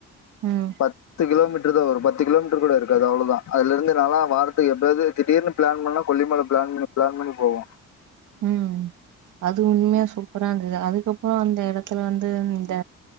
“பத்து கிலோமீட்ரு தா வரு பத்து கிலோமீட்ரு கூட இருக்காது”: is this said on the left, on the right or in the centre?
Left